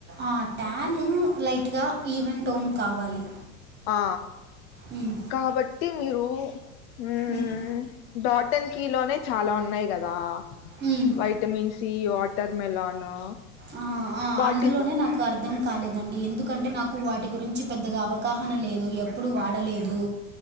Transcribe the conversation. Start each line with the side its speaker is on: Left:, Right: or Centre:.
Right: ఆ ట్యాను లైట్గా ఈవెంట్ ఓన్ కావాలి
Left: ఆ
Right: ఉమ్,
Left: కాబట్టి మీరు ఊమ్
Right: ఉమ్,
Left: డాటన్ కీ లోనే చాలా ఉన్నాయి గదా
Right: ఉమ్.
Left: వైటమిన్ సి వాటర్ మెలనా
Right: ఆ, ఆ,
Left: వాటి
Right: అందులోనే
Left: ల్లో
Right: నాకు అర్థం కాలేదండి ఎందుకంటే నాకు వాటి గురించి పెద్దగా అవగాహన లేదు ఎప్పుడు వాడలేదు